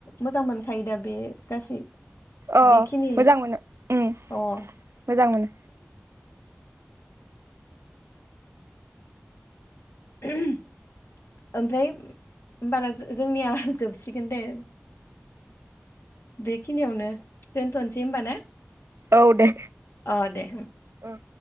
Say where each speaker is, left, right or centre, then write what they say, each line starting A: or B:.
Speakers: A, on the left; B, on the right.
A: मोजां मोनखायो दा बे गासै
B: अ
A: बेखिनि
B: मोजां मोनो उम
A: अ उम
B: मोजां मोनो
A: <unintelligible> ओमफाय होमबाना जोंनिया जोबसिगोन दे बेखिनियावनो दोनथ'सै होमबा ना?
B: औ दे
A: अ दे
B: ओ